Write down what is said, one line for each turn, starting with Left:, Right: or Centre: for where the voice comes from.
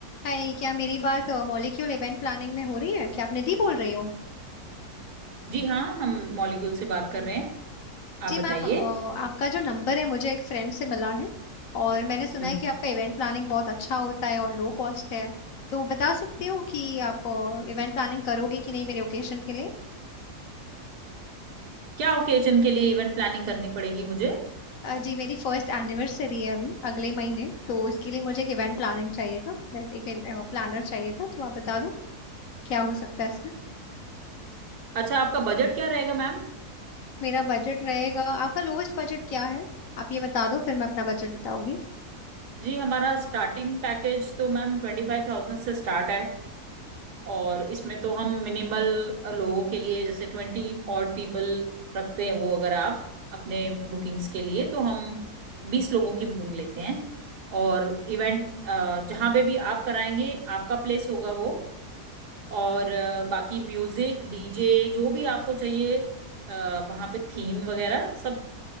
Left: हाय क्या मेरी बात मॉलिक्यूल इवेंट प्लानिंग में हो रही है क्या आप निधि बोल रही हो
Right: जी हाँ हम मॉलिक्यूल से बात कर रहे हैं आप
Left: जी
Right: बताइए
Left: मैम अ, आपका जो नंबर है मुझे एक फ्रेंड से मिला है और मैंने सुना
Right: हम्म
Left: है कि आपका इवेंट प्लानिंग बहुत अच्छा होता है और लो कॉस्ट है तो बता सकती हो कि आप इवेंट प्लानिंग करोगे कि नहीं मेरे ओकेशन के लिए
Right: क्या ओकेजन के लिए इवेंट प्लानिंग करनी पड़ेगी मुझे
Left: अ, जी मेरी फर्स्ट एनिवर्सरी है अभी अगले महीने तो इसके लिए मुझे एक इवेंट प्लानिंग चाहिए था मैं- एक प्लानर चाहिए था तो आप बता दो क्या हो सकता है इसमें
Right: अच्छा आपका बजट क्या रहेगा मैम
Left: मेरा बजट रहेगा आपका लोवेस्ट बजट क्या है आप ये बता दो फिर मैं अपना बजट बताऊंगी
Right: जी हमारा स्टार्टिंग पैकेज तो मैम ट्वेंटी फाइव थाउजेंड से स्टार्ट है और इसमें तो हम मिनिमल लोगों के लिए जैसे ट्वेंटी ऑड पीपल रखते हैं वो अगर आप अपने बुकिंग्स के लिए तो हम बीस लोगों की बुकिंग लेते हैं और इवेंट जहाँ पे भी आप कराएंगे आपका प्लेस होगा वो और अ, बाकी म्यूजिक डीजे जो भी आपको चाहिए वहां पे थीम वगैरह सब